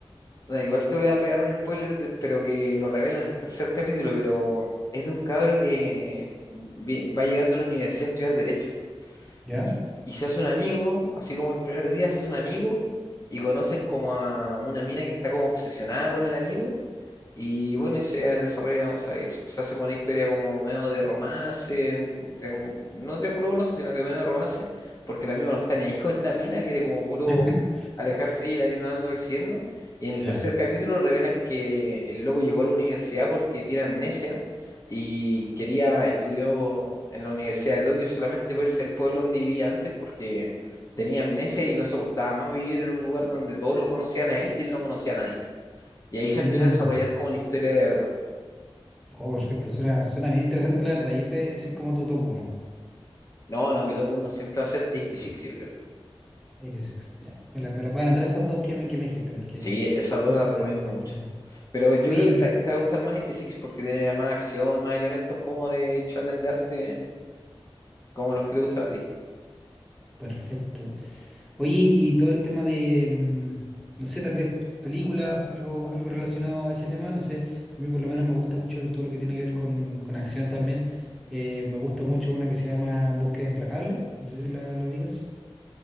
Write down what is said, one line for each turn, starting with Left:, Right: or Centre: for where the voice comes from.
Left: da, igual te voy a pegar un spoiler, de- pero que lo revelan en el tercer capítulo, pero es de un cabro que vi- va llegando a la universidad a estudiar derecho
Centre: ¿Ya?
Left: y, y se hace un amigo, así como el primer día se hace un amigo y conocen como a una mina que está como obsesionada con el amigo Y bueno, y se desarrolla, o sea, es- se hace como una historia como medio de romance, en- triángulo- no triángulo amoroso, sino que medio de romance, porque el amigo no está ni ahí <laughs> con la mina, quiere como puro
Centre: <laughs>
Left: alejarse y la mina la anda persiguiendo. Y en el
Centre: Ya.
Left: tercer capítulo revelan que el loco llegó a la universidad porque tiene amnesia y quería, estudió en la Universidad de Tokio solamente por ser el pueblo donde vivía antes, porque tenía amnesia y no soportaba más vivir en un lugar donde todos lo conocían a él y él no conocía a nadie. Y ahí
Centre: Mm,
Left: se empieza a desarrollar como la historia de verdad.
Centre: Oh, perfecto, suena, suena bien interesante la verdad. Y ese, ese es como tu top uno
Left: No, no, mi top 1 siempre va a ser 86, yo creo.
Centre: 86, ya. Me la, me la pueden anotar esas dos que me, que me dijiste, porque...
Left: Sí, esas
Centre: son
Left: dos las recomiendo
Centre: las que me
Left: mucho.
Centre: dijiste.
Left: Pero yo
Centre: Oye,
Left: creo que
Centre: per-
Left: la- te va a gustar más 86 porque tiene más acción, más elementos como de shonen de arte, como los que te gustan a ti.
Centre: perfecto. Oye, y todo el tema de, mm, no sé, tal vez película algo, algo relacionado a ese tema, no sé, a mí por lo menos me gusta mucho todo lo que tiene que ver con, con acción también. Eh, me gusta mucho una que se llama Búsqueda Implacable, no sé si la, la ubicas.